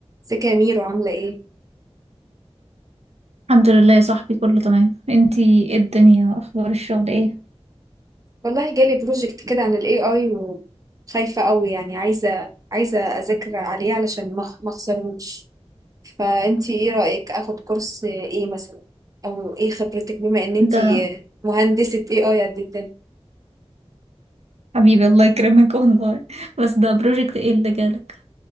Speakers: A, on the right; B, on the right.
A: ازيك يا ميرو عاملة ايه؟
B: الحمد لله يا صاحبي كله تمام انتي ايه الدنيا اخبار الشغل ايه
A: والله جالي بروجكت كده عن ال AI وخايفة قوي يعني عايزة عايزة أذاكر عليه علشان ما أخ- ما أخسرهوش فأنتي ايه رأيك أخد كورس ايه مثلا؟ أو ايه خبرتك بما إن انتي
B: ده
A: مهندسة AI قد الدنيا؟
B: حبيبي الله يكرمك والله <laughs> بس ده بروجكت ايه اللي جالك